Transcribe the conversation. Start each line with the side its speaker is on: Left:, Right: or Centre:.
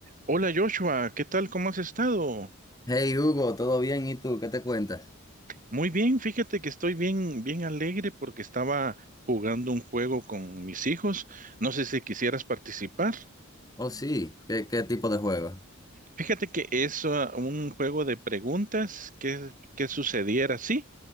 Right: Hola Joshua, ¿qué tal? ¿Cómo has estado?
Left: Hey Hugo, ¿todo bien? ¿Y tú? ¿Qué te cuentas?
Right: Muy bien, fíjate que estoy bien, bien alegre porque estaba jugando un juego con mis hijos. No sé si quisieras participar.
Left: Oh, sí, ¿qué, qué tipo de juego?
Right: Fíjate que es ah, un juego de preguntas que, que sucediera, sí,